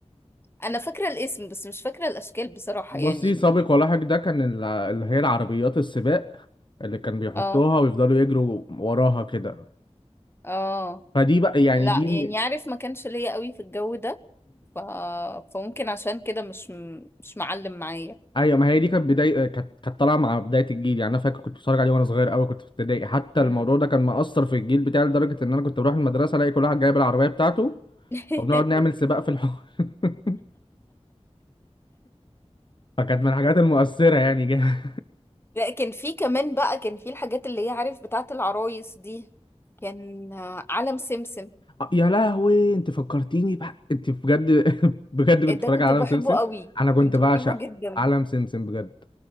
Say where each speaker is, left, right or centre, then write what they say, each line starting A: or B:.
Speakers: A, on the left (about 20°); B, on the left (about 45°).
A: انا فاكرة الاسم بس مش فاكرة الاشكال بصراحة
B: بصي
A: يعني
B: سابق ولاحق ده كان ال- اللي هي العربيات السباق اللي كان بيحطوها
A: اه
B: ويفضلوا يجروا وراها كده
A: اه
B: فدي بقى يعني
A: لا
B: دي
A: يعني عارف ما كانش ليا قوي في الجو ده ف... فممكن عشان كده مش مش معلم معايا
B: ايوه ما هي دي كانت بدايه آه، كانت كانت طالعه مع بدايه الجيل يعني انا فاكر كنت بتفرج عليه وانا صغير قوي كنت في ابتدائي حتى
A: مم.
B: الموضوع ده كان مأثر في الجيل بتاعي لدرجه ان انا كنت بروح المدرسه الاقي كل واحد جايب العربيه بتاعته
A: <laughs>
B: وبنقعد نعمل سباق في الحوار <laughs> فكانت من الحاجات المؤثره يعني جا-
A: لا كان في كمان بقى كان في الحاجات اللي هي عارف بتاعت العرايس دي كان آه، علم سمسم
B: <laughs> آه، يا لهوي انت فكرتيني بقى انت بجد <laughs> بجد كنت
A: ده
B: بتفرج
A: كنت
B: على
A: بحبه
B: عالم سمسم
A: قوي
B: انا كنت
A: كنت
B: بعشق
A: بحبه جدا
B: عالم سمسم بجد